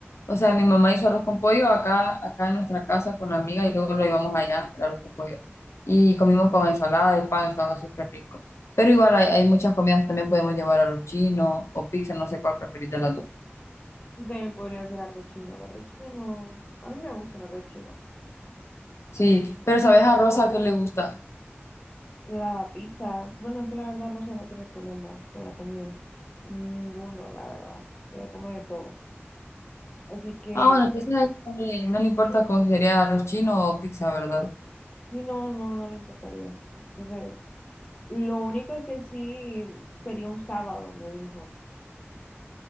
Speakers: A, on the left; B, on the left.
A: O sea, mi mamá hizo arroz con pollo acá, acá en nuestra casa con la amiga y luego lo llevamos allá, el arroz con pollo. Y comimos con ensalada y pan, estaba súper rico. Pero igual hay, hay muchas comidas, también podemos llevar arroz chino o pizza, no sé cuál preferís de las dos.
B: Y también podría ser arroz chino. El arroz chino no. A mí me gusta el arroz chino.
A: Sí, pero ¿sabes a Rosa qué le gusta?
B: La pizza. Bueno, es que la verdad Rosa no tiene problema con la comida. Ninguno, la verdad. Ella come de todo. Así que
A: Ah, bueno, entonces a él no le, no le importa cómo sería arroz chino o pizza, ¿verdad?
B: sí, no, no, no le importaría. Entonces, lo único es que sí sería un sábado, me dijo.